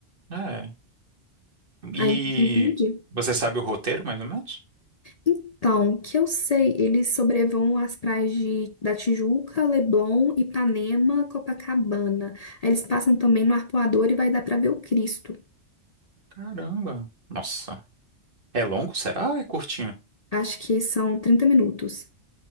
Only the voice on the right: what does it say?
é. E
você sabe o roteiro, mais ou menos?
Caramba. Nossa. É longo, será? Ou é curtinho?